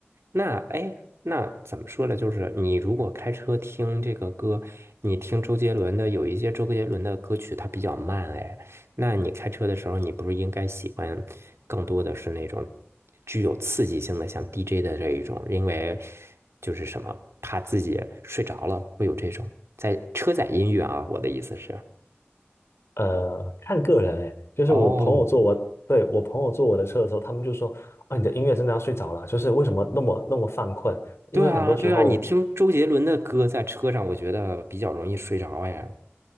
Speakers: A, on the right; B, on the left.
A: 那哎，那怎么说呢？就是你如果开车听这个歌，你听周杰伦的，有一些周杰伦的歌曲它比较慢，哎，那你开车的时候，你不是应该喜欢更多的是那种具有刺激性的，像 DJ 的这一种，因为就是什么，怕自己睡着了，会有这种在车载音乐啊，我的意思是。
B: 呃，看个人诶，就是我朋友坐我，
A: 哦，
B: 对，我朋友坐我的车的时候，他们就说啊，你的音乐真的要睡着了，就是为什么那么那么犯困？因为很多时候
A: 对啊，对啊，你听周杰伦的歌在车上，我觉得比较容易睡着哎。